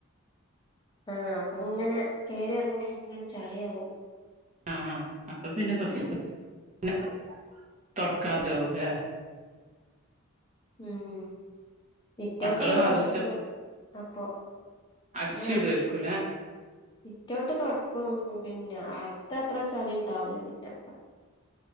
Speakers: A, on the left (about 20°); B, on the right (about 30°).
A: ആഹ് അപ്പങ്ങനെ കേറി ഇറങ്ങുമ്പം ഇങ്ങനെ ചളിയാവും
B: ആ അപ്പ പിന്നെ <unintelligible> തൊട്ക്കാർതാവു ലെ
A: ഉം സിറ്റൗട്ടൊന്ന്
B: മക്കള് മദ്രസ
A: തൊട്ച്ച്ടും അപ്പൊ
B: അട്ച്ച്
A: പിന്നെ
B: ടായിരിക്കു ലെ
A: സിറ്റൗട്ട് തൊട്ക്കും പിന്നെ അകത്തത്ര ചളി ഇണ്ടാവൂല പിന്നെ